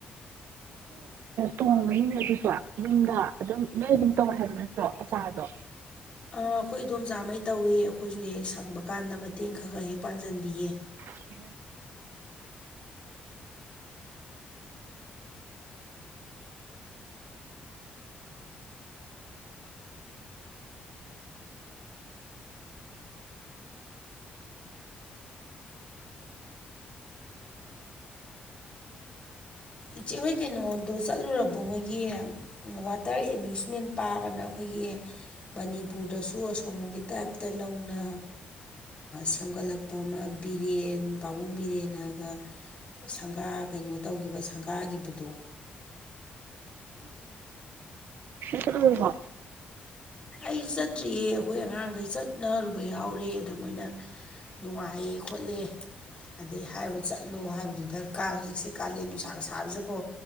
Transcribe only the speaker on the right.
ꯇꯣꯡꯕꯅꯤꯅꯦ ꯑꯗꯨꯁꯨ ꯅꯨꯡꯗ ꯑꯗꯨꯝ ꯅꯣꯏ ꯑꯗꯨꯝ ꯇꯧꯋꯦ ꯍꯥꯏꯕ ꯅꯠꯇ꯭ꯔꯣ ꯑꯆꯥꯔꯗꯣ
ꯍ ꯎ
ꯎꯝꯃꯣ